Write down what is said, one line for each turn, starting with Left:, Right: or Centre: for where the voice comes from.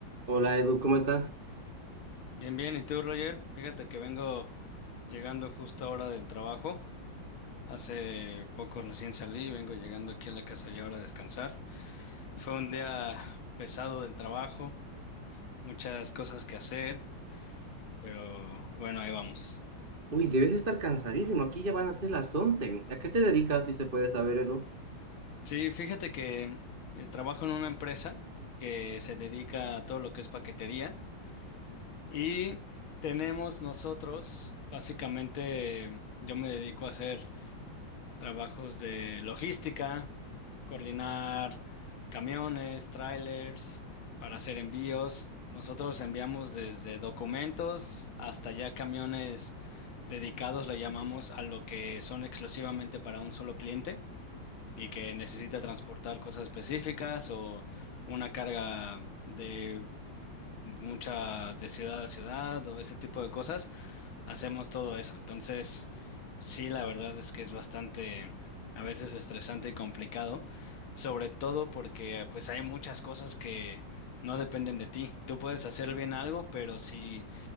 Right: Hola Edu, ¿cómo estás?
Left: Bien, bien. ¿Y tú, Roger? Fíjate que vengo llegando justo ahora del trabajo. Hace poco recién salí, vengo llegando aquí a la casa ya ahora a descansar. Fue un día pesado del trabajo, muchas cosas que hacer, pero bueno, ahí vamos.
Right: Uy, debes estar cansadísimo, aquí ya van a ser las 11. ¿A qué te dedicas, si se puede saber, Edu?
Left: Sí, fíjate que eh, trabajo en una empresa que se dedica a todo lo que es paquetería y tenemos nosotros, básicamente, yo me dedico a hacer trabajos de logística, coordinar camiones, trailers para hacer envíos. Nosotros enviamos desde documentos hasta ya camiones dedicados, le llamamos a lo que son exclusivamente para un solo cliente y que necesita transportar cosas específicas o una carga de mucha de ciudad a ciudad o ese tipo de cosas hacemos todo eso. Entonces, sí, la verdad es que es bastante, a veces estresante y complicado, sobre todo porque pues hay muchas cosas que no dependen de ti. Tú puedes hacer bien algo, pero si